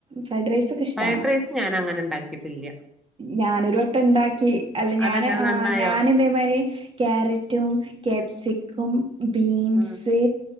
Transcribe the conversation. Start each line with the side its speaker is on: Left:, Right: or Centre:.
Right: ഫ്രൈഡ് റൈസൊക്കെ ഇഷ്ടാണോ?
Centre: ഫ്രൈഡ് റൈസ് ഞാൻ അങ്ങനെ ഉണ്ടാക്കിട്ടില്ല.
Right: ഞാനൊരു വട്ടം ഉണ്ടാക്കി അല്ല ഞാൻ
Centre: അതങ്ങനെ
Right: ആ
Centre: നന്നായോ
Right: ഞാൻ ഇതേമാതിരി ക്യാരറ്റും ക്യാപ്സിക്കും, ബീൻസ്,
Centre: ഉം